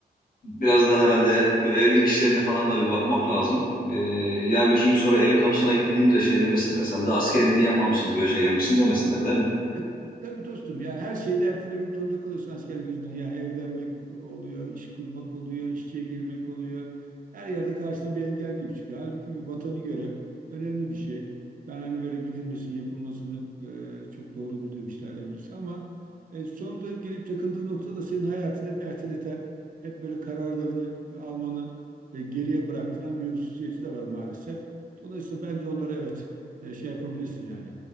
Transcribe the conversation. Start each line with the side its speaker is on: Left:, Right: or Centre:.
Left: Biraz da herhalde bir evlilik işlerine falan da bir bakmak lazım. Ee, yarın iki gün sonra elin kapısına gittiğimizde şey demesinler. Sen daha askerliğini yapmamışsın bu yaşa gelmişsin demesinler değil mi?
Right: E, tabii dostum ya her şeyi de ertelemek zorunda kalıyorsun askerlik yüzünden. Yani evlenmek oluyor, iş kurmak oluyor, işçiye girmek oluyor. Her yerde karşına bir engel gibi çıkıyor. Halbuki bir vatanı göre önemli bir şey. Ben hani böyle gidilmesini, yapılmasını e, çok doğru bulduğum işlerden birisi. Ama e, sonunda gelip takıldığı nokta da senin hayatını hep erteleten, hep böyle kararlarını almanı e, geriye bıraktıran bir hususiyeti de var maalesef. Dolayısıyla bence onlara evet e, şey yapabilirsin yani